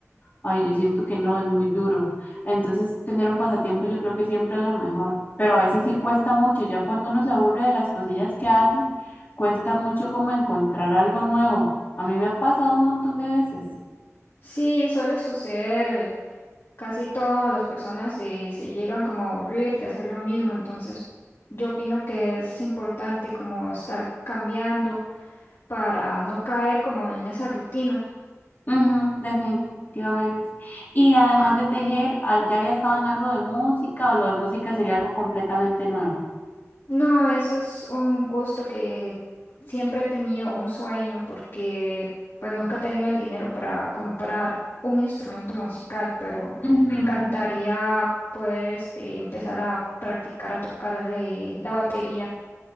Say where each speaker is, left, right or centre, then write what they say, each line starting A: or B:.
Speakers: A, on the left (about 35°); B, on the left (about 50°).
A: ay, yo siento que no, es muy duro. Entonces, tener un pasatiempo yo creo que siempre es lo mejor, pero a veces sí cuesta mucho, ya cuando uno se aburre de las cosillas que hace, cuesta mucho como encontrar algo nuevo. A mí me ha pasado un montón de veces.
B: Sí, suele suceder. Casi todas las personas se, se llegan como a aburrir de hacer lo mismo, entonces yo opino que es importante como estar cambiando para no caer como en esa rutina.
A: Ujú, definitivamente. Y además de tejer, al- ¿ya había estado en algo de música o lo de música sería algo completamente nuevo?
B: No, eso es un gusto que siempre he tenido, un sueño, porque pues nunca he tenido el dinero para comprar un instrumento musical, pero
A: Ujú.
B: me encantaría poder este, empezar a practicar a tocar eh, la batería.